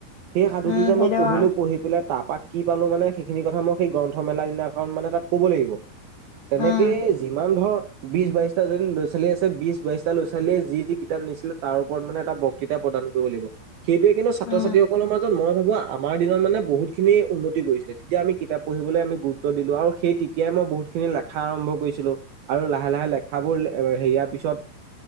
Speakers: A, on the right (about 75°); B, on the left (about 75°).
A: সেই সাধুটো
B: উম
A: যে
B: সেইটো
A: মই পঢ়িলো
B: হয়
A: পঢ়ি পেলাই। তাৰাপাক কি পালো মানে সেইখিনি কথা মই সেই গ্ৰন্থমেলা দিনাখন মানে তাত ক'ব লাগিব। তেনেকেই
B: উম
A: যিমান ধৰ বিশ বাইশটা যদি ল'ৰা-ছোৱালী আছে, বিশ বাইশটা লৈ ছোৱাল ছোৱালীয়ে যি যি কিতাপ নিছিলে তাৰ ওপৰত মানে এটা বক্তৃতা প্ৰদান কৰিব লাগিব, সেইটোয়ে কিন্তু ছাত্ৰ
B: উম
A: ছাত্ৰীসকলৰ মাজত মই ভাবো আ আমাৰ দিনত মানে বহুত খিনি উন্নতি কৰিছিলে, তেতিয়া আমি কিতাপ পঢ়িবলৈ আমি গুৰুত্ব দিলোঁ আৰু সেই তেতিয়াই মই বহুত খিনি লেখা আৰম্ভ কৰিছিলো আৰু লাহে লাহে লেখাবোৰ হেৰিয়াৰ পিছত